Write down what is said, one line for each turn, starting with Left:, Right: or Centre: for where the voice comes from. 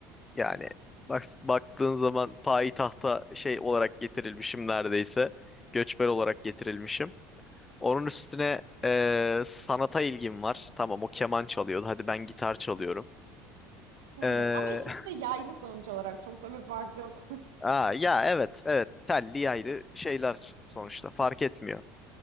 Left: Yani bak, baktığın zaman payitahta şey olarak getirilmişim neredeyse. Göçmen olarak getirilmişim. Onun üstüne eee, sanata ilgim var. Tamam o keman çalıyordu. Hadi ben gitar çalıyorum. Eee,
Right: Evet ama ikisi de yaylı sonuç olarak çok da bir fark yok.
Left: aa, ya evet evet telli ayrı şeyler sonuçta fark etmiyor.